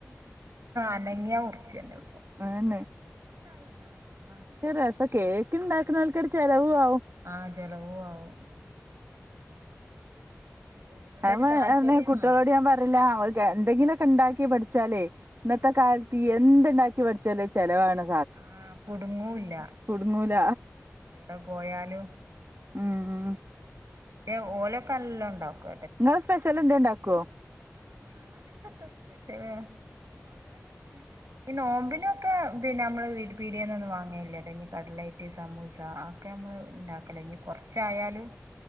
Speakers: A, on the right; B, on the right.
A: അനങ്ങിയ മുറിച്ചന്നെ ഇപ്പൊ.
B: അതന്നെ.
A: അല്ലാഹ്.
B: ഒരു വടംകേക്ക്ഇണ്ടാക്കുണാൽ ക്കൊരു കുറവും ആവും
A: ആ ജലവും ആവും അതിനോടൊരു
B: അമ്മ
A: താല്പര്യം
B: അ കുട്ടികളോട്
A: വേണം
B: ഞാൻ പറയലാ അവ എന്തെങ്കിലുമൊക്കെ ഉണ്ടാക്കി പഠിച്ചാലേ ഇന്നത്തെ
A: ആഹ്
B: കാലത്ത് എന്തുണ്ടാക്കി പഠിച്ചാല് ചെലവാണ്
A: ആഹ കുടുങ്ങൂല്ല
B: കുടുങ്ങൂല
A: എവിടെ പോയാലും
B: ഉം
A: എന്റെ ഓലക്കെ നല്ല ഉണ്ടാക്കു
B: ങ്ങള് സ്‌പെഷല് എന്തോ ഉണ്ടാക്കോ
A: ഞാനിപ്പത്തെ സ്പെഷ്യല അന ഈ നോമ്പിനൊക്കെ പിന്നെ നമ്മള് പീടേനൊന്നും വാങ്ങലില്ലട്ടോ ഈ കട്ലെറ്റ് സമൂസ. ഒക്കെ അമ്മള് ഉണ്ടാക്കലാ, ഞി കൊർച്ചായാലും.